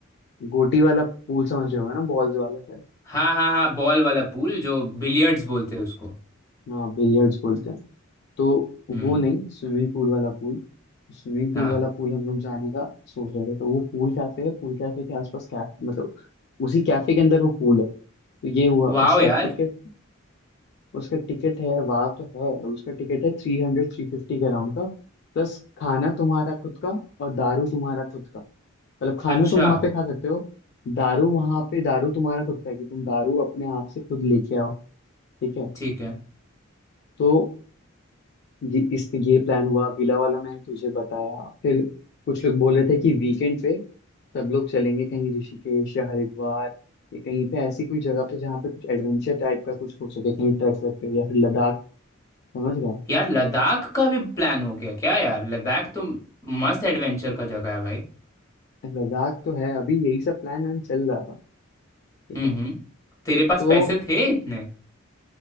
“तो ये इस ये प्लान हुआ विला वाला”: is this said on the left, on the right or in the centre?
Left